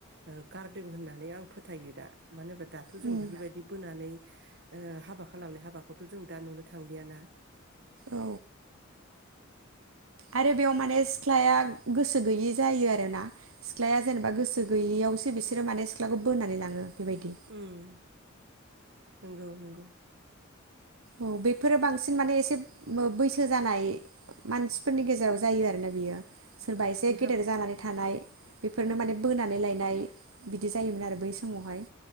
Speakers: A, on the right; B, on the right.
A: ओ गारदों होननानै आं फोथायो दा मानो होनोबा दाथ' जों
B: उम
A: बेफोरबायदि बोनानै ओ हाबा खालामनाय हाबाखौथ' जों दा नुनो थांलिया ना
B: औ आरो बेयाव माने सिख्लाया गोसो गैयि जायो आरोना सिख्लाया जेनेबा गोसो गैयिआवसो बिसोरो माने सिख्लाखौ बोनानै लाङो। बेबायदि
A: उम नोंगौ नोंगौ
B: औ बेफोरो बांसिन माने एसे बैसो जानाय मानसिफोरनि गेजेराव जायो आरोना बियो सोरबा एसे
A: बे हाब
B: गेदेर जानानै थानाय बेफोरनो माने बोनानै लायनाय बिदि जायोमोन आरो बै समावहाय।